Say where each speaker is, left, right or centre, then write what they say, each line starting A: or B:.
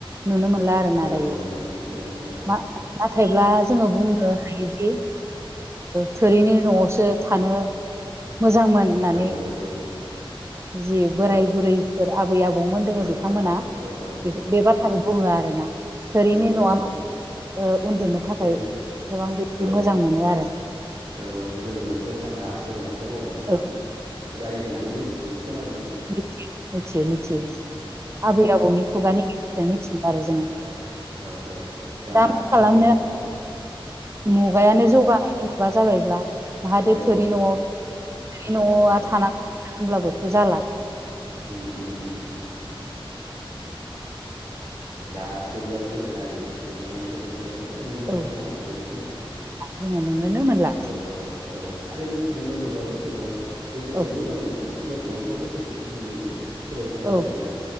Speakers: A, on the right; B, on the right.
A: नुनो मोनला आरोना
B: औ
A: दायो
B: औ नंगौ नंगौ नंगौ
A: मा नाथायब्ला जोङो बुंनो हायोदि। थोरिनि न'आवसो थानो। मोजांमोन होननानै
B: औ औ औ
A: जि बोराय
B: औ
A: बुरैफोर आबै आबौ। दोङ
B: औ
A: बिथांमोना
B: औ औ नंगौ
A: बे बाथ्राखौ बुङो आरो। आरोना थोरिनि
B: औ औ
A: न'आ मा।
B: औ
A: उन्दुनो थाखाय
B: थोरि
A: गोबां बिदि
B: औ
A: मोजां मोनो आरो।
B: औ गोलोम बोथोराव थान्दा गोजां बोथोराव। गरमना
A: औ
B: जायो होननानै जों मिथिगौ खोनाबोयोमोन
A: मिथियो मिथियो मिथियो
B: उम
A: आबै
B: औ
A: आबौनि खुगानि गेजेरजों मिथियो आरो जोङो
B: औ औ औ दाथ'
A: दा मा खालामनो
B: औ औ
A: मुगायानो जौगानायनि मुगा जाबायब्ला माहादो
B: औ
A: थोरि न'आव थोरि
B: औ
A: न'आव
B: औ
A: थानांगौ होमब्लाबोथ' जाला
B: ओम ओम ओम दा थुरियाबो जेनेबा ओरै जोबलांनायनिफ्राय जोबलांगासिनो नङा होनबा मोननो थांला
A: औ
B: नङा बा थोरिखौनो
A: जोङो नुनोनो मोनला
B: औ औ औ आरो नों थुरि न' लुबाबो जेनेबा बोसोरसेनि
A: औ
B: उनावनो जों सो लायफिनांगौबा बोसोरसे बोसननि उनावनो सोलायबाय थानांगौ
A: औ
B: जायोमोन आरो